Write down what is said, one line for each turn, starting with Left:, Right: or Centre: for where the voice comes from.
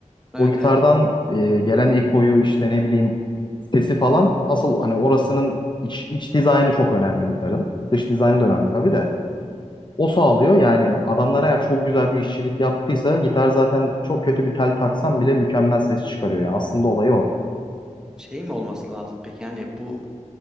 Centre: Evet
Left: O gitardan
Centre: evet.
Left: e, gelen ekoyu işte ne bileyim sesi falan asıl hani orasının iç, iç dizaynı çok önemli gitarın. Dış dizaynı da önemli tabii de. O sağlıyor yani adamlar eğer çok güzel bir işçilik yaptıysa gitar zaten çok kötü bir tel taksan bile mükemmel ses çıkarıyor. Yani aslında olayı o.
Centre: Şey mi olması lazım peki yani bu